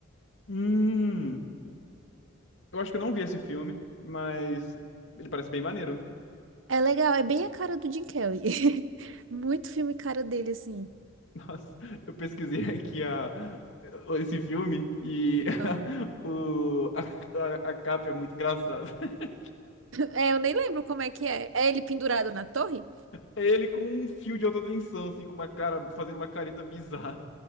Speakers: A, on the left; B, on the right.
A: Hum, eu acho que eu não vi esse filme, mas ele parece bem maneiro.
B: É legal, é bem a cara do Jim Carrey. <laughs> Muito filme cara dele, assim.
A: Nossa, eu pesquisei <laughs> aqui a, esse filme e
B: Aham.
A: <laughs>
B: <laughs>
A: o, a, a- a capa é muito engraçada. <laughs>
B: É, eu nem lembro como é que é. É ele pendurado na torre?
A: É ele com um fio de alta tensão, assim, com uma cara, fazendo uma careta bizarra.